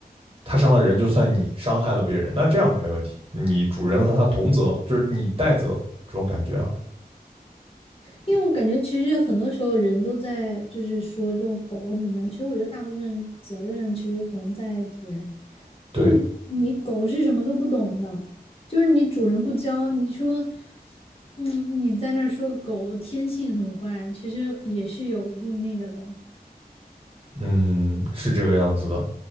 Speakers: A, on the right; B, on the left.
A: 它伤了人，就算你伤害了别人，那这样没问题，你主人和它同责，就是你代责这种感觉啊。
B: 因为我感觉其实很多时候人都在就是说这种狗或怎么样，其实我觉得大部分责任其实可能在主人，
A: 对，
B: 就是你狗是什么都不懂的，就是你主人不教，你说，嗯，你在那儿说狗天性很坏，其实也是有一定那个的，
A: 嗯，是这个样子的。